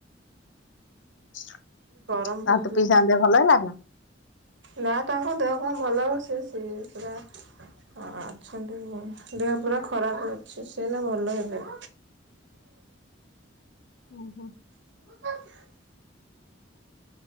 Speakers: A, on the left; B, on the right.
A: <inaudible>
B: ଗରମ ବହୁତ
A: ଆଉ ତୋ
B: ହଉଛି।
A: ପିଇସାଙ୍କ ଦେହ ଭଲ ହେଲାଣି।
B: ନା ତାଙ୍କ ଦେହ କଣ ଭଲ ସେ ସେହି ପୁରା ଅଛନ୍ତି ଦେହ ପୁରା ଖରାପ ଅଛି। ସେ ଏନା ଭଲ ହେବେ।
A: ଓ ହ।
B: ହ